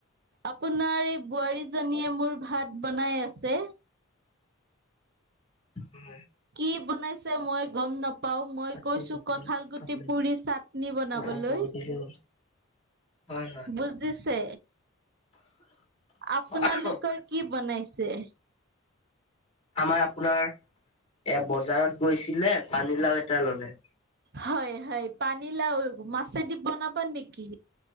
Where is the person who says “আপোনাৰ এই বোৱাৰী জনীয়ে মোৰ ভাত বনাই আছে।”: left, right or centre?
Right